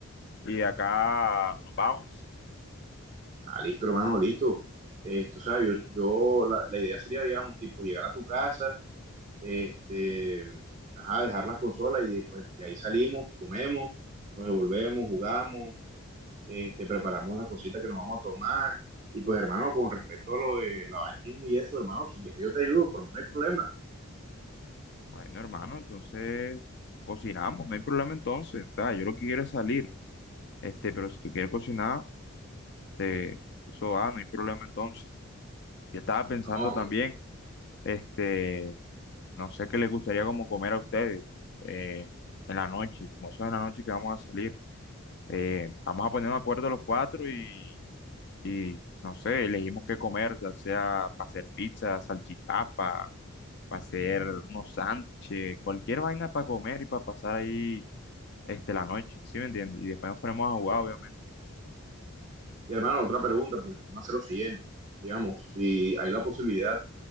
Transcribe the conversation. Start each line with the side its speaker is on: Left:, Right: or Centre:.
Left: y de acá nos vamos.
Right: Ah, listo, hermano, listo. Esto, o sea, yo, yo la, la idea sería, digamos, tipo, llegar a tu casa, este, ajá, dejar las consolas y después de ahí salimos, comemos, nos devolvemos, jugamos, este, preparamos las cositas que nos vamos a tomar. Y pues, hermano, con respecto a lo de lavachismo y eso, hermano, si quieres yo te ayudo, por mí no hay problema.
Left: Bueno, hermano, entonces cocinamos, no hay problema entonces. O sea, yo lo que quiero es salir, este, pero si tú quieres cocinar, te, eso va, no hay problema entonces. Yo estaba pensando
Right: No,
Left: también, este, no sé qué les gustaría como comer a ustedes eh, en la noche, como eso es en la noche que vamos a salir. eh, vamos a poner un acuerdo los cuatro y, y no sé, elegimos qué comer, ya sea para hacer pizza, salchipapa, para hacer unos sándwiches, cualquier vaina para comer y para pasar ahí este, la noche, ¿sí me entiendes? Y después nos ponemos a jugar,
Right: pues.
Left: obviamente.
Right: Y hermano, otra pregunta, porque podemos hacer lo siguiente. Digamos, si hay la posibilidad